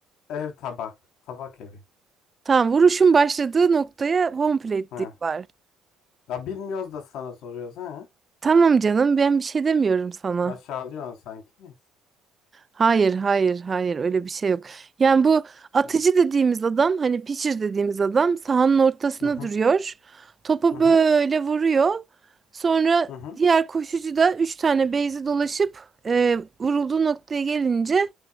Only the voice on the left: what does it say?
Ev tabak. Tabak evi.
Ha.
Ya bilmiyoruz da sana soruyoruz ha.
Aşağılıyorsun sanki. Neyse.
Tamam.
Hı hı.
Hı hı.
Hı hı.